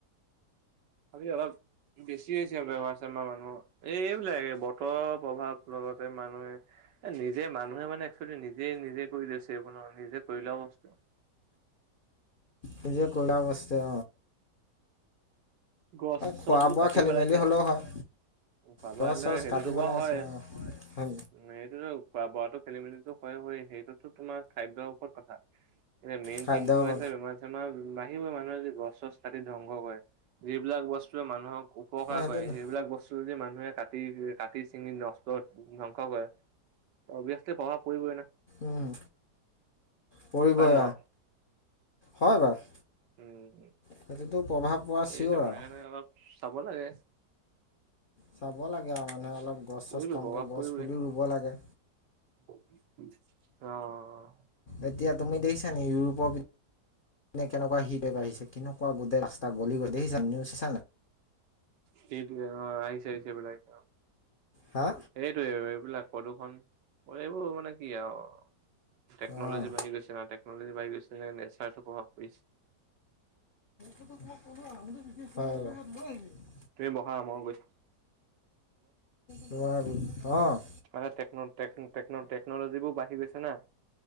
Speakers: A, on the right; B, on the left.
A: খালি অলপ। বেছি হৈছে বেমাৰ চেমাৰ মানুহৰ এইবিলাক বতৰ প্ৰভাৱ লগতে মানুহে। এ নিজে মানুহে মানে একচুৱেলি নিজে- নিজে কৰি লৈছে এইবোৰ ন নিজে কৰি লোৱা বস্তু। <inaudible>
B: নিজে কৰি লোৱা বস্তু।
A: গছ-
B: খোৱা
A: চছবোৰ
B: বোৱা
A: কাটি
B: খেলি
A: পেলাইছে।
B: মেলি হ'লেও হয়
A: খোৱা বোৱা
B: গছ
A: হলে
B: চছ
A: সেইটো
B: কাটি
A: তেনেকুৱা
B: পেলাইছে
A: হয়
B: অঁ
A: উম সেইটোতো খোৱা বোৱাত। খেলি মেলিটো হয় হয় সেইটোতো তোমাৰ খাদ্যৰ ওপৰত কথা। এতিয়া মেইন
B: খাদ্য
A: থিং টো হৈছে বেমাৰ চেমাৰ নাহিবই মানুহে যদি গছ চছ কাটি ধ্বংস কৰে। যিবিলাক বস্তুেই মানুহক উপকাৰ
B: মই
A: কৰে
B: সেইটো
A: সেইবিলাক বস্তু যদি মানুহে কাটে কাটি চিঙি নষ্ট ধ্বংস কৰে অভিয়াচলি প্ৰভাৱ পৰিবই না।
B: উম, পৰিব
A: হয় নে
B: অ
A: নহয়?
B: হয় বাৰু।
A: উম,
B: সেইটোতো প্ৰভাৱ পোৱা চিঞ'ৰ
A: এইটো মানে
B: আৰু।
A: সেইকাৰণে অলপ চাব লাগে।
B: চাব লাগে আৰু মানুহে অলপ গছ
A: পৰিবই
B: চছ কমকৈ
A: প্ৰভাৱ পৰিবই।
B: গছ পুলিও ৰুব লাগে।
A: <inaudible> অ',
B: এতিয়া তুমি দেখিছা নেকি ইউৰোপৰ কেনেকুৱা <unintelligible> বাঢ়িছে কেনেকুৱা গোটেই ৰাস্তা গলি <unintelligible>
A: সেইটোৱে অ, আহিছে আহিছে <unintelligible>
B: হা
A: সেইটোৱে এইবিলাক প্ৰদূষণ, এইবোৰ মানে কি আৰু, টেকন'লজি
B: অঁ
A: বাঢ়ি গৈছে না টেকনলজি বাঢ়ি গৈছে <unintelligible> <unintelligible> প্ৰভাৱ পৰিছে।
B: <unintelligible>
A: তুমি বহা মই গৈ থাকোঁ।
B: <unintelligible> অ',
A: মানে টেকন'-টেকনোলজিবোৰ বাঢ়ি গৈছে না।